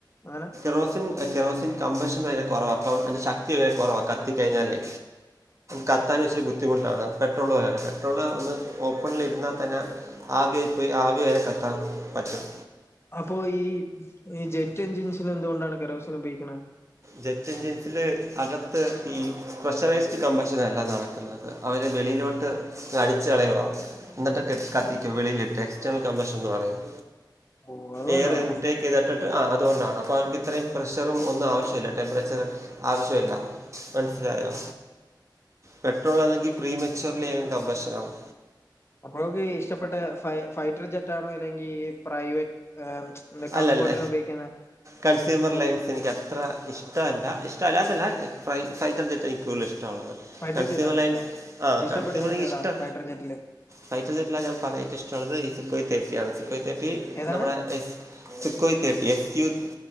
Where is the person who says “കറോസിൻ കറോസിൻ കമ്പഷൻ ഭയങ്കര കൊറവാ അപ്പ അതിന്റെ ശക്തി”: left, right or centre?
Right